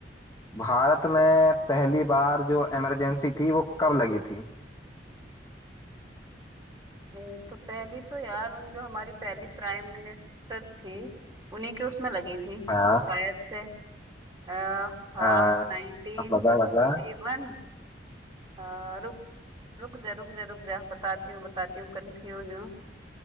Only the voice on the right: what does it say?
ये तो पहली तो यार उन जो हमारी पहली प्राइम मिनिस्टर थी उन्हीं के उसमें लगी थी शायद
से आ, हाँ
वो नाइनटीन
सिक्सटी
वन आ, रुक रुक जा रुक जा रुक जा बताती हूँ बताती हूँ कंफ्यूज हूँ